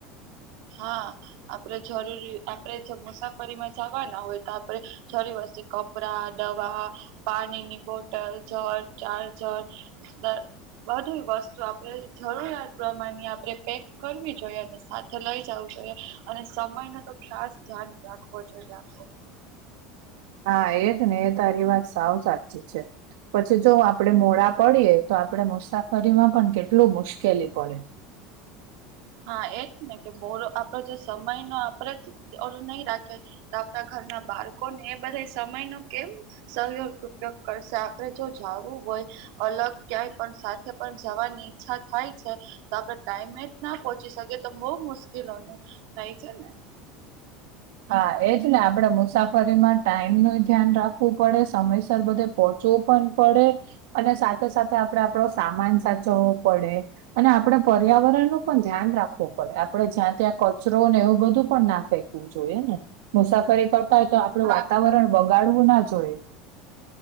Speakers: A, on the right (about 60°); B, on the right (about 80°).
A: હા. આપણેે જરૂરી આપડે જો મુસાફરીમાં જાવાના હોય તો આપડે જરી વસી કપડા, દવા, પાણીની બોટલ, <unintelligible> ચાર્જર, દ બધી વસ્તુ આપણેે જરૂરિયાત પ્રમાણ આપણે પેક કરવી જોઈએ અને સા થે લઈ જાવું જોઈએ અને સમયનુ તો ખાસ ધ્યાન રાખવો જોઈએ આપડે
B: હા એજ ને એ તારી વાત સાવ સા ઠીક છે. પછી જો, આપડે મોડા પડીએ તો આપડે મુસાફરીમાં પણ કેટલુ મુશ્કેલી પડે
A: હા એજ ને કે બોલો આપડો જે સમય નો આપડે જ ઓલુ નહી રાખીએ તો આપણા ઘરના બાળકો ને એ બધા સમય નૂ કેમ સહયોગ ઉપયોગ કરશે આપણે જો જાવુ હોય, અલગ ક્યાંય પણ સાથે પણ જવાની ઈચ્છા થાય છે તો આપડે ટાઈમે જ ના પહોચી શકે તો બહુ મુશ્કેલોને થાય છેને.
B: હા, એ જ આપડે મુસાફરીમા ટાઈમનુ ધ્યાન રાખવું પડે સમયસર બધે પહોચવુ પણ પડે અને સાથે સાથે આપડે આપડો સામાન સાચવવો પડે અને આપણે પર્યાવરણનુ પણ ધ્યાન રાખવું પડે આપડે જ્યા ત્યા કચરો ને એવુ બધુ પણ ના ફેકવુ જોઈએ, ને મુસાફરી
A: હા
B: કરતા હોય તો આપણું વાતાવરણ વગાડવું ના જોઈએ.